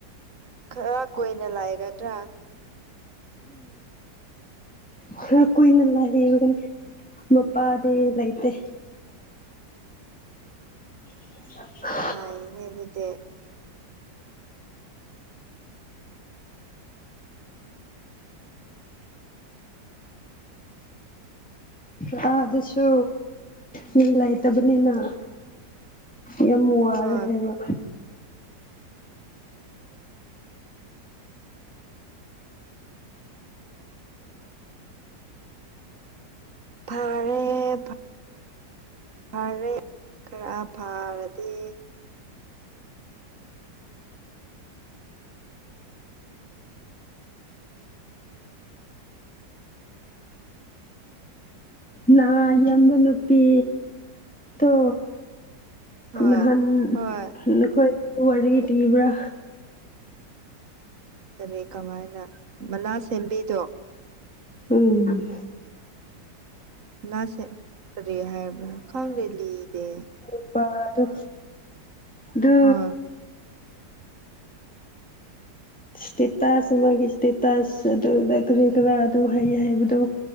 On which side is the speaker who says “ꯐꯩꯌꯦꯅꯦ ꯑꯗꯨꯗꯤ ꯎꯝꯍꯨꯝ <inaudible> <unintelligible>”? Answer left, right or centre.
Right